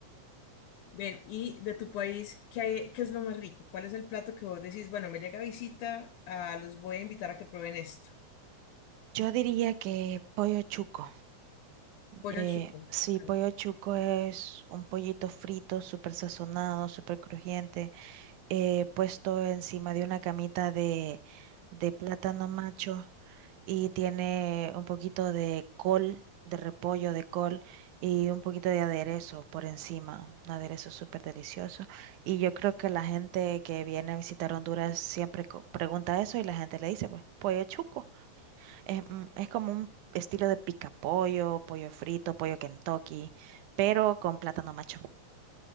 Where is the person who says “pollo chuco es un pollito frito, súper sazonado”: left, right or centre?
Right